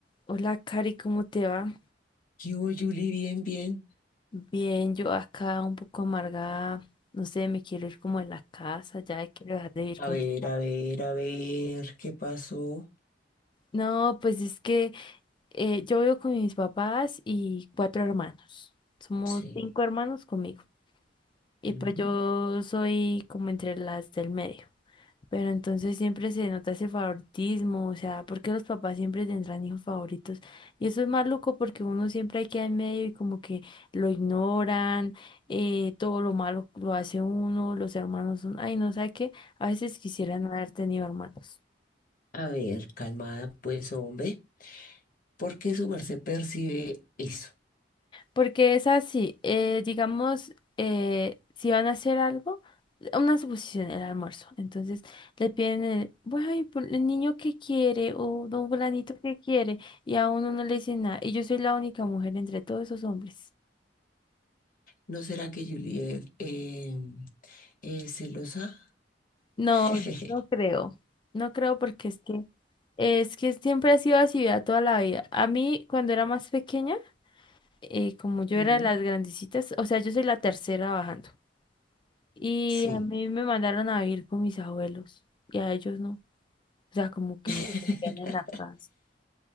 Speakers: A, on the left; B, on the left.
A: Hola, Cari, ¿cómo te va?
B: ¿Qué hubo, Julie? Bien, bien.
A: Bien, yo acá un poco amargada, no sé, me quiero ir como a la casa, ya quiero dejar de vivir
B: A
A: con...
B: ver, a ver, a ver, ¿qué pasó?
A: No, pues es que eh, yo vivo con mis papás y cuatro hermanos. Somos
B: Sí.
A: cinco hermanos conmigo. Y
B: ujú.
A: pues yo soy como entre las del medio. Pero entonces siempre se nota ese favoritismo, o sea, porque los papás siempre tendrán hijos favoritos. Y eso es maluco porque uno siempre queda en medio y como que lo ignoran, eh, todo lo malo lo hace uno, los hermanos son, ay, no sé qué, a veces quisiera no haber tenido hermanos.
B: A ver, calmada, pues, hombre. ¿Por qué su merced percibe eso?
A: Porque es así, eh, digamos, eh, si van a hacer algo, una suposición, el almuerzo. Entonces le piden, el, bueno, y por el niño que quiere o don fulanito que quiere, y a uno no le dicen nada. Y yo soy la única mujer entre todos esos hombres.
B: ¿No será que Julie es eh, es celosa?
A: No,
B: <laughs>
A: no creo. No creo porque es que, es que siempre ha sido así, vea, toda la vida. A mí, cuando era más pequeña, eh, como yo
B: Mm,
A: era de las grandecitas, o sea, yo soy la tercera bajando. Y
B: Sí.
A: a mí me mandaron a vivir con mis abuelos y a ellos no. O sea, como que
B: <laughs>
A: no quedan en la casa. <gasps>